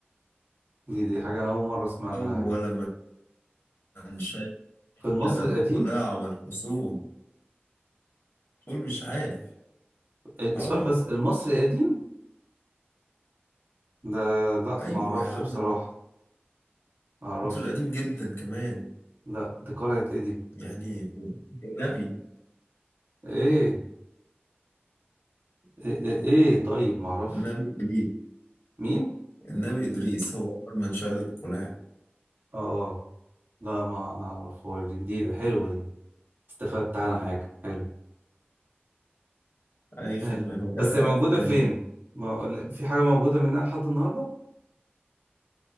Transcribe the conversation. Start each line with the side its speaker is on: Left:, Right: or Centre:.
Right: دي دي حاجة انا اول مرة اسمع عنها
Left: أول من شيد
Right: في المصري
Left: القلاع
Right: القديم
Left: والحصون تقول مش عارف
Right: السؤال
Left: آه
Right: بس المصري القديم ده لا
Left: أيوة
Right: ما اعرفش
Left: يا عم
Right: بصراحة
Left: الم-
Right: ما اعرفش
Left: مصر القديم جدا كمان
Right: لا دي قلعة ايه دي
Left: يعني النبي
Right: ايه ايه ايه, إيه؟ طيب ما اعرفش
Left: النبي إدريس
Right: مين
Left: النبي إدريس هو أول من شيد القلاع
Right: اه لا ما اعرفهاش دي جديدة حلوة دي استفدت عنها حاجة حلو
Left: أي خدمة
Right: حلو
Left: يبقى
Right: بس
Left: تلاتة
Right: هي موجودة
Left: واحد كده
Right: فين
Left: ليه
Right: ما... لا، في حاجة موجودة منها لحد النهاردة